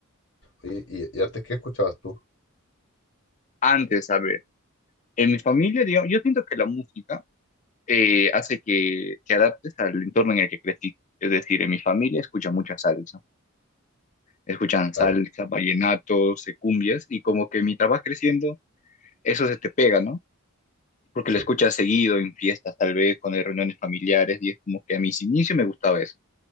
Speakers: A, on the left (about 55°); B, on the left (about 35°).
A: Oye, y, y antes, ¿qué escuchabas tú?
B: Antes, a ver, en mi familia, digamos, yo siento que la música eh, hace que te adaptes al entorno en el que creciste. Es decir, en mi familia escuchan mucha salsa, escuchan
A: Claro.
B: salsa, vallenatos, eh, cumbias, y como que mientras vas creciendo, eso se te pega, ¿no? Porque
A: sí.
B: lo escuchas seguido en fiestas, tal vez, cuando hay reuniones familiares, y es como que a mis inicios me gustaba eso.